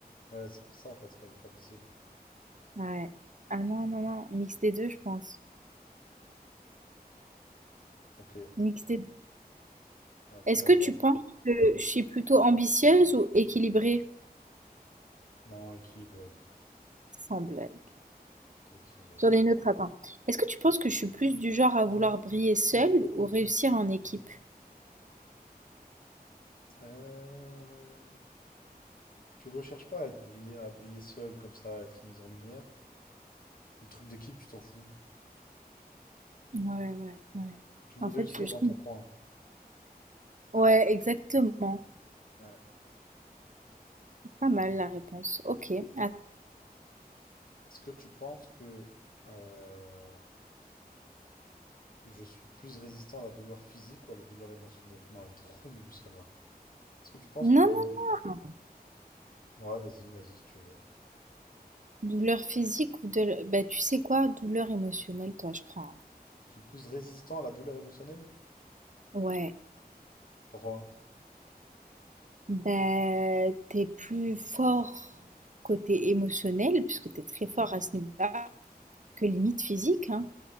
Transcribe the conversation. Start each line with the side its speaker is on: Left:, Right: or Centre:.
Left: Ouais, c'est pour ça en fait qu'elle est pas facile.
Right: Ouais. Ah non, non, non, mix des deux, je pense.
Left: Ok,
Right: Mix des
Left: Ah, vas-y
Right: Est-ce
Left: à
Right: que
Left: toi.
Right: tu penses que je suis plutôt ambitieuse ou équilibrée?
Left: Non, équilibré.
Right: Sans blague.
Left: Tout équilibré.
Right: J'en ai une autre, attends. Est-ce que tu penses que je suis plus du genre à vouloir briller seule ou réussir en équipe?
Left: Euh, Tu recherches pas à être brillé, à briller seul comme ça, à être mis en lumière. Et le truc d'équipe, tu t'en fous.
Right: Ouais, ouais, ouais.
Left: Tu veux
Right: En
Left: réussir
Right: fait, je je
Left: dans
Right: comprends.
Left: ton coin.
Right: Ouais, exactement.
Left: Ouais.
Right: Pas mal la réponse. Ok. Ah,
Left: Est-ce que tu penses que euh, je suis plus résistant à la douleur physique ou à la douleur émotionnelle? Non, il est trop nul celle-là. Est-ce que tu penses que...
Right: Non, non, non.
Left: Ouais, vas-y, vas-y, si tu veux.
Right: Douleur physique ou de... Bah, tu sais quoi? Douleur émotionnelle, toi, je crois. hein.
Left: Je suis plus résistant à la douleur émotionnelle?
Right: Ouais.
Left: Pourquoi?
Right: Bah, t'es plus fort côté émotionnel, puisque t'es très fort à ce niveau-là, que limite physique, hein.